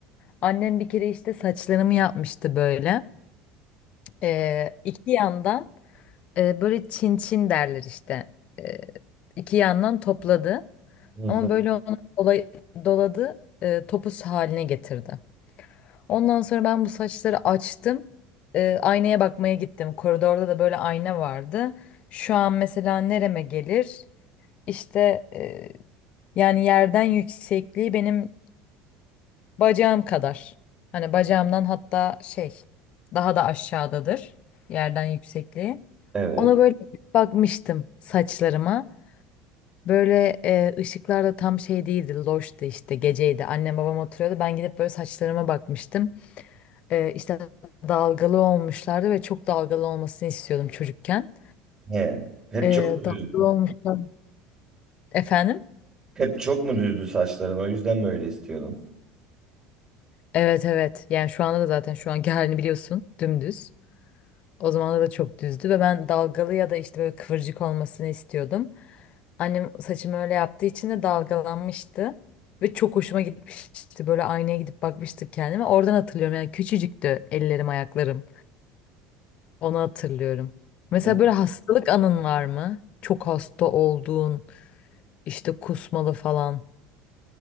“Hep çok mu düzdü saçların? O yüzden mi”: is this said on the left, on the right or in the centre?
Right